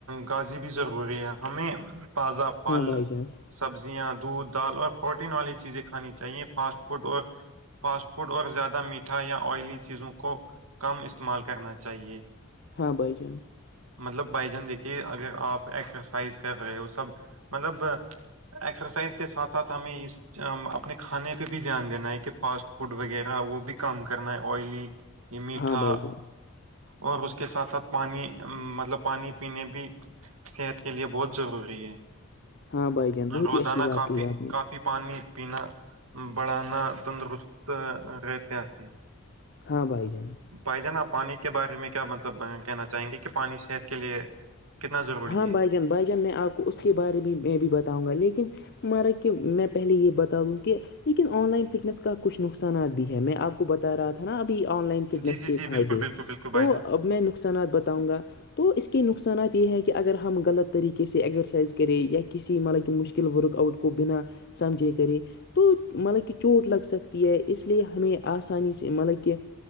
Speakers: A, on the right; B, on the left.
A: گازی بھی ضروری ہے ہمیں تازہ پل
B: ہاں بھائی جان
A: سبزیاں دودھ دال اور پروٹین والی چیزیں کھانی چاہیے فاسٹ فوڈ اور فاسٹ فوڈ اور زیادہ میٹھا یا آئلی چیزوں کو کم استعمال کرنا چاہیے
B: ہاں بھائی جان
A: مطلب بائی جان دیکھیے اگر آپ ایکسرسائز کر رہے ہو سب مطلب ایکسرسائز کے سھ ساتھ ہمیں اس اپنے کھانے پہ بھی دھیان دینا ہے کہ فاسٹ فوڈ وغیرہ وہ بھی کم کرنا ہے آئلی یہ میٹھا
B: ہاں بھائی جان
A: اور اس کے ساتھ ساتھ پانی مطلب پانی پینے بھی صحت کے لیے بہت ضروری ہے
B: ہاں بھائی جان بہت
A: روزانہ
B: ہی اچھی بات
A: کافی
B: کہی آپ نے
A: کافی پانی پنا بڑانا تندرست رہتے ہے
B: ہاں بائی جان
A: بھائی جان آپ پانی کے بارے میں کیا مطلب کہنا چاہیں گے کہ پانی صحت کے لیے کتنا ضروری
B: ہاں بھائی
A: ہے
B: جان بھائی جان میں آپ کو اس کے بارے میں بھی میں بھی بتاؤں گا لیکن مارا کیوں میں پہلے یہ بتا دوں کہ لیکن آن لائن فٹنس کا کچھ نقصانات بھی ہے میں آپ کو بتا رہا تھا نا ابھی آن لائن فٹنس
A: جی جی
B: کے
A: جی
B: فائدے
A: بالکل بالکل بالکل بھائی
B: تو
A: جان
B: اب میں نک نقصانات بتاؤں گا تو اس کے نقصانات یہ ہے کہ کہ اگر ہم غلط طریقے سے ایکزرسائز کریں یا کسی مط کہ مشکل ورک آؤٹ کو بنا سمجھی کری تو مطلب کہ چوٹ لگ سکتی ہے اس لیے ہمیں آسانی سے مطلب کہ